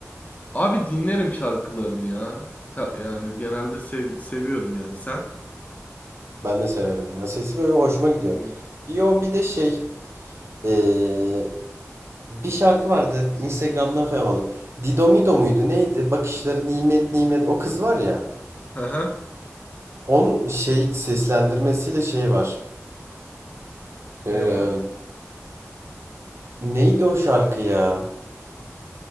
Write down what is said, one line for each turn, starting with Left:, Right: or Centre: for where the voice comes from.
Left: Abi dinlerim şarkılarını ya. Ta- yani genelde sev- seviyorum yani sen.
Right: Ben de severim. Yani sesi böyle hoşuma gidiyor.
Left: Hı.
Right: Bir o bir de şey eee, Bir şarkı vardı Instagram'dan falan vardı. Didomido muydu neydi? Bakışları nimet nimet o kız var ya.
Left: Aha,
Right: Onun şey seslendirmesiyle şey var. Ee,
Left: ne var?
Right: neydi o şarkı ya?